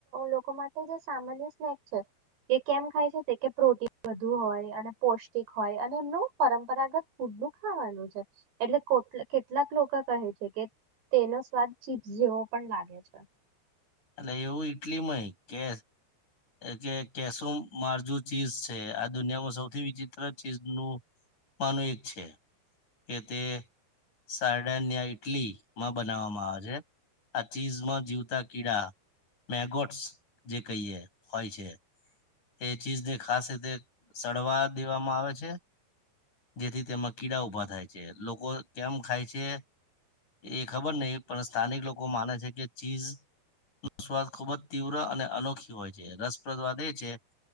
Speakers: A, on the right; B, on the left.
A: લોકો માટે જે સામાન્ય સ્નેક છે. તે કેમ ખાય છે, તે કે પ્રોટીન વધુ હોય, અને પૌષ્ટિક હોય, અને એમનું પરંપરાગત ફૂડનું ખાવાનું છે. એટલે કો કેટલાક લોક કહે છે કે તેનો સ્વાદ ચીપ્સ જેવો પણ લાગે છે.
B: અને એવું ઈટલીમાંય, કે કે કેસો મારજુ ચીઝ છે, આ દુનિયામાં સૌથી વિચિત્ર ચીજનું માંનું એક છે. કે તે સાાયડાનિયા ઈટલીમાં બનાવવામાં આવે છે. આ ચીઝમાં જીવતા કીડા મેગોટસ જે કહીએ હોય છે. તે ચીઝને ખાસ રીતે સડવા દેવામાં આવે છે, જેથી તેમાં કીડા ઉભા થાય છે. લોકો કેમ ખાય છે, એ ખબર નહીં, પણ સ્થાનિક લોકો માને છે કે ચીઝ નો સ્વાદ ખૂબ જ તીવ્ર અને અનોખી હોય છે. રસપ્રદ વાત એ છે કે